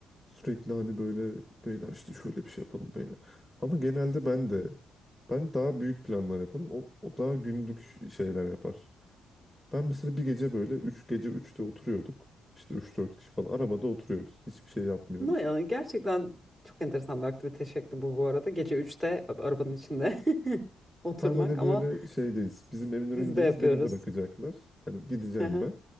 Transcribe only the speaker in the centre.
Sürekli hani böyle beyler işte şöyle bir şey yapalım beyler. Ama genelde ben de ben daha büyük planlar yapalım. O, o daha günlük şeyler yapar. Ben mesela bir gece böyle 3 gece üçte oturuyorduk. İşte üç dört kişi falan arabada oturuyoruz. Hiçbir şey yapmıyoruz.
Tam hani
böyle şeydeyiz. Bizim evin önündeyiz.
Beni bırakacaklar. Hani gideceğim
ben.